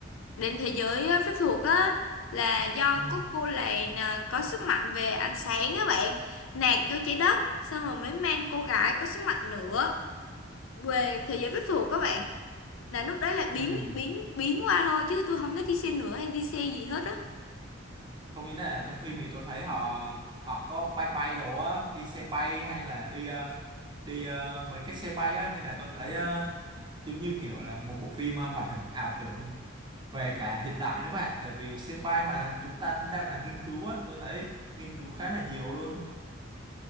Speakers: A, on the left; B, on the right.
A: đến thế giới ờ, phép thuật á là do
B: ừ,
A: có cô làng à, có sức mạnh về ánh sáng á bạn nạt vô trái đất xong rồi mới mang cô gái có sức mạnh nữa về thế giới phép thuật các bạn là lúc đấy là biến
B: ừ.
A: biến biến qua thôi chứ tôi không thấy đi xe nữa hay đi xe gì hết á
B: không ý là trong phim thì tôi thấy họ họ có bay bay đồ á đi xe bay hay là đi ờ, đi ờ, mấy cái xe bay á nên là tôi thấy ờ, giống như kiểu là một bộ phim ờ, hoạt hình ảo tưởng về cả hiện đại nữa bạn tại vì xe bay mà chúng ta cũng đang là nghiên cứu á tôi thấy nghiên cứu khá là nhiều luôn